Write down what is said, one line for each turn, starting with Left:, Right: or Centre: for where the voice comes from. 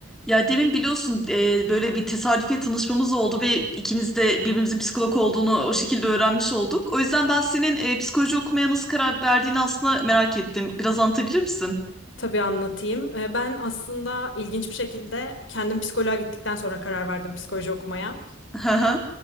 Centre: Ya demin biliyorsun e, böyle bir tesadüfiye tanışmamız oldu ve ikimiz de birbirimizin psikolog olduğunu o şekilde öğrenmiş olduk. O yüzden ben senin e, psikoloji okumaya nasıl karar verdiğini aslında merak ettim. Biraz anlatabilir misin?
Left: Tabii anlatayım. Ee, Ben aslında ilginç bir şekilde kendim psikoloğa gittikten sonra karar verdim psikoloji okumaya.
Centre: <laughs> Haha.